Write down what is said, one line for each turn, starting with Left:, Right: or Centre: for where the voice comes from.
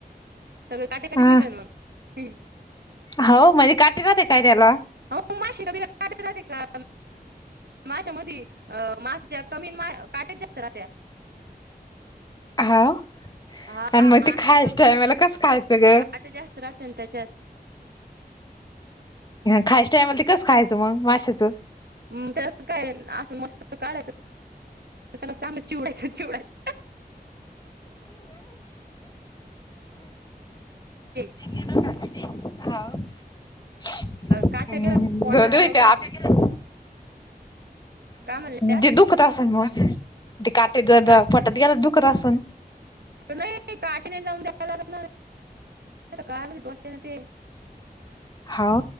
Right: सगळे काटे काटे
Left: हा
Right: निघालं. हम,
Left: हाव म्हणजे काटे राहते काय त्याला.
Right: हो मासे मध्ये काटे राहते <unintelligible> कमी मास काट जास्त राहतंय.
Left: हाव
Right: हा
Left: आणि मग
Right: मासे
Left: ते खायच्या
Right: कमी
Left: टायमाला
Right: आणि
Left: कसं खायचं ग?
Right: काटे जास्त राहते ना तेचात.
Left: खायच टाईम ला ते, कसं खायचं मग माशाचं.
Right: म... त्याचात काय असं मस्त काढायचं. त्याला चांगलं चुडायचं चुडायचं. <unintelligible>
Left: <unintelligible>
Right: काट गेलं पोटात काय काय म्हणल्या
Left: ते दुखतं असन मग, ते काटे जर
Right: काट
Left: पोटात गेला दुखत असन.
Right: नाही काटे नाही जाऊन द्यायला लागत ना, गळया मध्ये टोचतंय ना ते,
Left: हाव